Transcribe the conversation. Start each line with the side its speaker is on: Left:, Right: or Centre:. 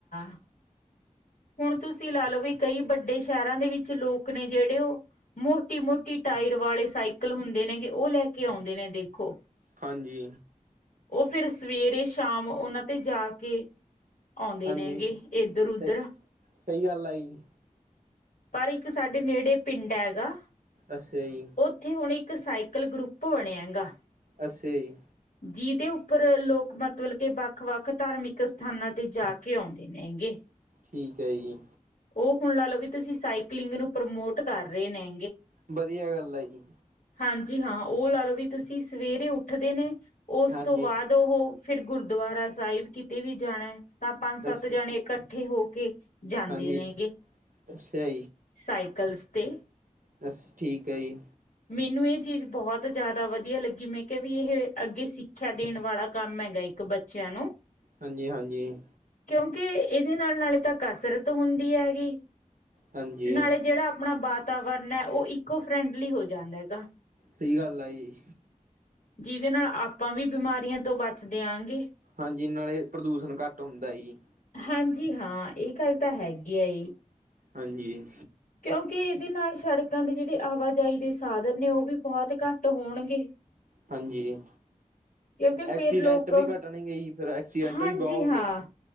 Left: ਆ ਹੁਣ ਤੁਸੀਂ ਲਾ ਲਓ ਵੀ ਕਈ ਵੱਡੇ ਸ਼ਹਿਰਾਂ ਦੇ ਵਿੱਚ ਲੋਕ ਨੇ ਜਿਹੜੇ ਔਹ ਮੋਟੀ- ਮੋਟੀ ਟਾਇਰ ਵਾਲੇ ਸਾਈਕਲ ਹੁੰਦੇ ਨੇ ਗੇ, ਉਹ ਲੈ ਕੇ ਆਉਂਦੇ ਨੇ ਦੇਖੋ
Right: ਹਾਂਜੀ।
Left: ਔਹ ਫਿਰ ਸਵੇਰੇ ਸ਼ਾਮ ਔਨਾਂ ਤੇ ਜਾ ਕੇ ਆਉਂਦੇ
Right: ਹਾਂਜੀ,
Left: ਨੇਗੇ ਇੱਧਰ ਉਧਰ
Right: ਅ ਸਹੀ ਗੱਲ ਆ ਜੀ।
Left: ਪਰ ਇੱਕ ਸਾਡੇ ਨੇੜੇ ਪਿੰਡ ਹੈਗਾ।
Right: ਅੱਸਾ ਜੀ।
Left: ਔਓਥੇ ਹੁਣ ਇੱਕ ਸਾਈਕਲ ਗਰੁੱਪ ਬਣਿਆ ਗਾ।
Right: ਅੱਸਾ ਜੀ।
Left: ਜਿਹਦੇ ਉੱਪਰ ਲੋਕ ਮਤਲਬ ਕੇ ਵੱਖ ਵੱਖ ਧਾਰਮਿਕ ਸਥਾਨਾਂ ਤੇ ਜਾ ਕੇ ਆਉਂਦੇ ਮੈਂਗੇ
Right: ਠੀਕ ਹੈ ਜੀ।
Left: ਔਹ ਹੁਣ ਲਾ ਲੋ ਵੀ ਤੁਸੀਂ ਸਾਈਕਲਿੰਗ ਨੂੰ ਪ੍ਰਮੋਟ ਕਰ ਰਹੇ ਨੇ।
Right: ਬਧੀਆ ਗੱਲ ਹੈ ਜੀ।
Left: ਹਾਂਜੀ ਹਾਂ ਔਹ ਲਾ ਲਓ ਵੀ ਤੁਸੀਂ ਸਵੇਰੇ ਉੱਠਦੇ ਨੇ ਉਸ
Right: ਹਾਂਜੀ
Left: ਤੋਂ ਬਾਅਦ ਤੋ ਔ ਹੋ ਫਿਰ ਗੁਰਦੁਆਰਾ ਸਾਹਿਬ ਕਿਤੇ ਵੀ ਜਾਣਾ ਹੈ, ਤਾਂ ਪੰਜ ਸੱਤ
Right: ਅੱਛਾ
Left: ਜਾਣੇ ਇਕੱਠੇ ਹੋ ਕੇ ਜਾਂਦੇ
Right: ਹਾਂਜੀ
Left: ਨੇ,
Right: ਅੱਛਾ
Left: ਸਾਈਕਲਸ ਤੇ।
Right: ਬਸ ਠੀਕ ਹੈ ਜੀ।
Left: ਮੇਨੂੰ ਏਹ ਚੀਜ਼ ਬਹੁਤ ਜ਼ਿਆਦਾ ਵਧੀਆ ਲੱਗੀ ਮੈਂ ਕਿਹਾ ਵੀ ਇਹ ਅੱਗੇ ਸਿੱਖਿਆ ਦੇਣ ਵਾਲਾ ਕੰਮ ਹੈਗਾ ਇੱਕ ਬੱਚਿਆਂ ਨੂੰ-
Right: ਹਾਂਜੀ -ਹਾਂਜੀ।
Left: ਕਿਉਂਕਿ ੲਦੇ ਨਾਲ ਨਾਲੇ ਤਾਂ ਕਸਰਤ ਹੁੰਦੀ ਹੈਗੀ।
Right: ਹਾਂਜੀ
Left: ਨਾਲੇ ਜੇੜਾ ਅਪਣਾ ਬਾਤਾਵਰਨ ਐ, ਓ ਇਕੋ ਫਰੈਂਡਲੀ ਹੋ ਜਾਂਦਾ ਹੈਗਾ।
Right: ਸਹੀ ਗੱਲ ਆ ਜੀ।
Left: ਜਿਦੇ ਨਾਲ ਆਪਾਂ ਵੀ ਬਿਮਾਰੀਆਂ ਤੋਂ ਬਚਦੇ ਆਾਂਗੇ।
Right: ਹਾਂਜੀ ਨਾਲੇ ਪ੍ਰਦੂਸ਼ਣ ਘੱਟ ਹੁੰਦਾ ਜੀ।
Left: ਹਾਂਜੀ ਹਾਂ ਇਹ ਗੱਲ ਤਾਂ ਹੈਗੀ ਹੈ।
Right: ਹਾਂਜੀ।
Left: ਕਿਉਂਕਿ ਇਦੇ ਨਾਲ ਸੜਕਾਂ ਦੇ ਜਿਹੜੇ ਆਵਾਜਾਈ ਦੇ ਸਾਧਨ ਨੇ ਔਹ ਵੀ ਬਹੁਤ ਘੱਟ ਹੋਣਗੇ।
Right: ਹਾਂਜੀ।
Left: ਕਿਉਂਕਿ
Right: ਐਕਸੀਡੈਂਟ
Left: ਫੇਰ ਲੋਕ
Right: ਵੀ ਘੱਟਣ ਗਏ ਜੀ, ਫਿਰ ਐਕਸੀਡੈਂਟ
Left: ਹਾਂਜੀ
Right: ਵੀ ਬਹੁਤ ਹੁੰਦੇ
Left: ਹਾਂ
Right: ਨੇ।